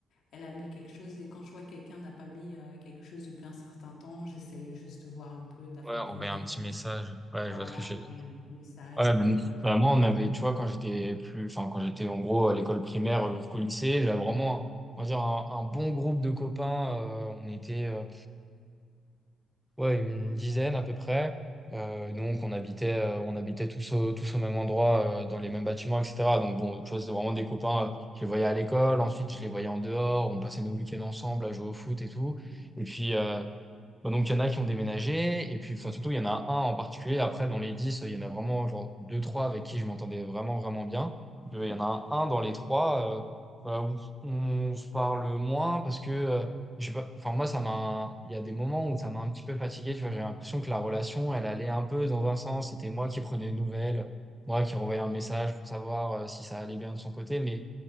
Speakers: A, on the left; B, in the centre.
A: elle a mis quelque chose, et quand je vois que quelqu'un n'a pas mis euh, quelque chose depuis un certain temps, j'essaye juste de voir un peu, d'avoir
B: Ouais, envoyer
A: des nouvelles.
B: un petit message. Ouais,
A: Voilà,
B: je vois ce que je
A: envoyer
B: veux dire.
A: un petit message,
B: Ouais,
A: et
B: ben,
A: puis voilà.
B: bah, moi, on avait, tu vois, quand j'étais plus, enfin, quand j'étais en gros à l'école primaire jusqu'au lycée, j'avais vraiment, on va dire, un, un bon groupe de copains. euh, on était, euh, ouais, une dizaine à peu près. Euh, donc, on habitait, euh, on habitait tous au, tous au même endroit, euh, dans les mêmes bâtiments, etc. Donc, bon, tu vois, c'était vraiment des copains. euh, je les voyais à l'école, ensuite, je les voyais en dehors. On passait nos week-ends ensemble à jouer au foot et tout.
A: Mm.
B: Et puis, euh, bah, Donc, il y en a qui ont déménagé, et puis enfin, surtout, il y en a un en particulier. Après, dans les 10 il y en a vraiment genre deux, trois avec qui je m'entendais vraiment, vraiment bien. Euh, Il y en a un dans les trois euh, bah, où on se parle moins parce que, euh, je sais pas, enfin, moi, ça m'a, il y a des moments où ça m'a un petit peu fatigué. Tu vois, j'ai l'impression que la relation, elle allait un peu dans un sens. C'était moi qui prenais des nouvelles, moi qui renvoyais un message pour savoir euh, si ça allait bien de son côté, mais j'ai